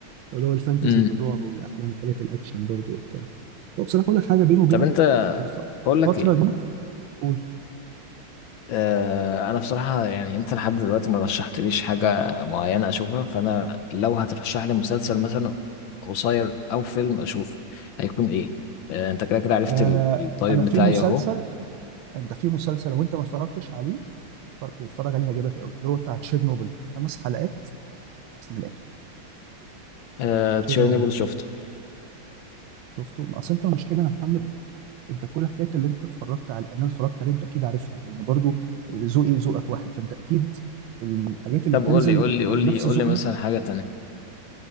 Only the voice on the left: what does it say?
امم
طب انت
اقول
لك ايه
اه انا بصراحه يعني انت لحد دلوقتي ما رشحتليش حاجه معينه اشوفها فانا لو هترشح لي مسلسل مثلا قصير او فيلم اشوفه هيكون ايه اه انت كده كده عرفت
ال- الطيب
بتاعي
اهو
اه تشيرنوبل
شفته
طب
قول لي قول لي
قول لي
قول
لي مثلا حاجه تانية